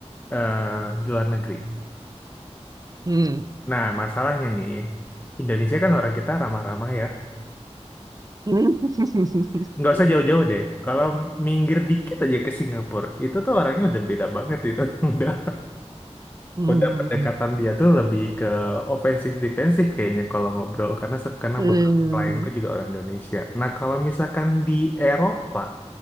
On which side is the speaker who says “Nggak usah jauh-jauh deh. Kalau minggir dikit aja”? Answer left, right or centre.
Left